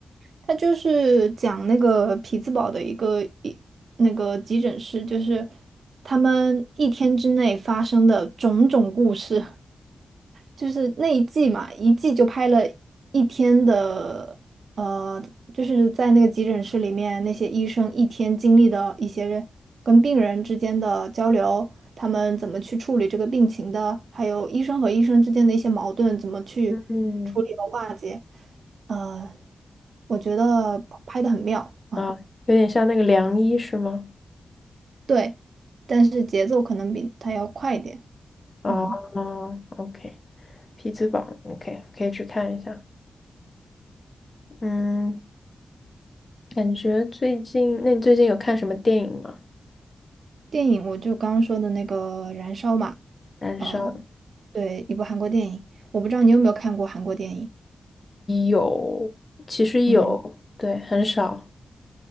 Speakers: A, on the right; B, on the left.
A: 它就是讲那个匹兹堡的一个一那个急诊室，就是他们一天之内发生的种种故事。就是那一季嘛，一季就拍了一天的，呃，就是在那个急诊室里面，那些医生一天经历的一些跟病人之间的交流，他们怎么去处理这个病情的，还有医生和医生之间的一些矛盾，怎么去处理和化解，
B: 嗯，
A: 呃，我觉得拍的很妙啊，
B: 啊，有点像那个良医是吗？
A: 对，但是节奏可能比它要快一点，
B: 啊
A: 嗯。
B: ，OK，匹兹堡，OK，可以去看一下。嗯，感觉最近，那你最近有看什么电影吗？
A: 电影我就刚刚说的那个《燃烧》嘛，
B: 燃烧。
A: 呃，对，一部韩国电影，我不知道你有没有看过韩国电影，
B: 有，其实有，
A: 嗯
B: 对，很少。